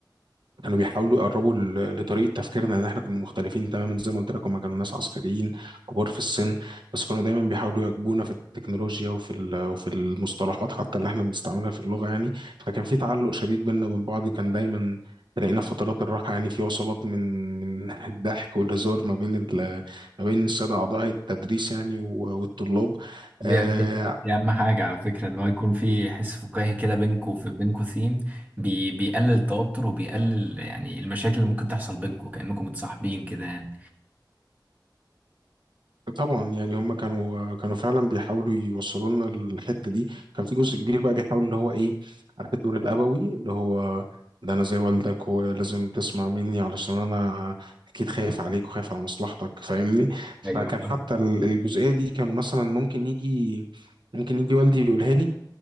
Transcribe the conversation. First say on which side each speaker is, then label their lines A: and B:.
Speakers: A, on the right; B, on the right.
A: كانوا بيحاولوا يقربوا ل- لطريقة تفكيرنا لأن إحنا كنا مختلفين تماما زي ما قلت لك هما كانوا ناس عسكريين كبار في السن بس كانوا دايما بيحاولوا يواكبونا في التكنولوجيا وفي ال- وفي المصطلحات حتى اللي إحنا بنستعملها في اللغة يعني فكان في تعلق شديد بيننا وبين بعض كان دايما تلاقينا في فترات الراحة يعني في وصلات من من <laughs> الضحك والهزار ما بين ال- ما بين السادة أعضاء التدريس يعني و- والطلاب
B: دي,
A: آه
B: دي, دي أهم حاجة على فكرة إن هو يكون في حس فكاهي كده بينكوا في بينكوا ثيم بي بيقلل التوتر وبيقلل يعني المشاكل اللي ممكن تحصل بينكوا كأنكم متصاحبين كده يعني
A: طبعا يعني هم كانوا كانوا فعلا بيحاولوا يوصلوا لنا الحته دي كان في جزء كبير بقى بيحاول اللي هو ايه عارف الدور الابوي اللي هو ده انا زي والدك ولازم تسمع مني علشان انا اكيد خايف عليك وخايف على مصلحتك فاهمني فكان
B: ايوه
A: حتى ال- الجزئيه دي كانوا مثلا ممكن يجي ممكن يجي والدي يقولها لي